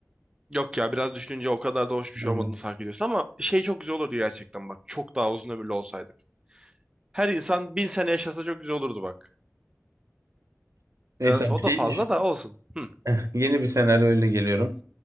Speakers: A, on the right; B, on the right.
A: Yok ya biraz düşününce o kadar da hoş bir şey
B: Aynen.
A: olmadığını fark ediyorsun ama şey çok güzel olurdu gerçekten bak. Çok daha uzun ömürlü olsaydık. Her insan bin sene yaşasa çok güzel olurdu bak.
B: Neyse
A: Biraz
B: bir
A: o
B: şey
A: da fazla
B: düşün.
A: da olsun. Hı.
B: Eh, Yeni bir senaryo öyle geliyorum.